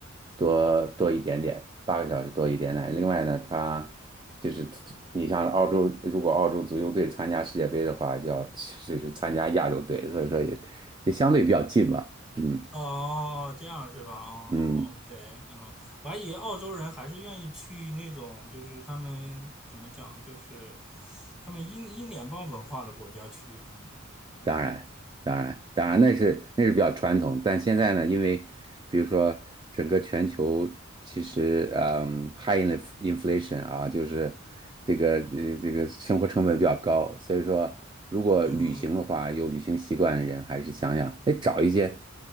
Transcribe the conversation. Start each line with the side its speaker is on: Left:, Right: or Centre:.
Right: 多多一点点，八个小时多一点点。另外呢，它就是你像澳洲，如果澳洲足球队参加世界杯的话，就要就是参加亚洲队，所以说也也相对比较近吧。嗯
Centre: 哦，这样是吧？哦哦，OK，
Right: 嗯。
Centre: 嗯，我还以为澳洲人还是愿意去那种，就是他们怎么讲，就是他们英英联邦文化的国家去，嗯嗯嗯，
Right: 当然，当然，当然，那是那是比较传统，但现在呢，因为比如说整个全球其实嗯，high inf- inflation 啊，就是这个呃这个生活成本比较高，所以说如果旅行的话，
Centre: 嗯哼，
Right: 有旅行习惯的人还是想想，哎，找一些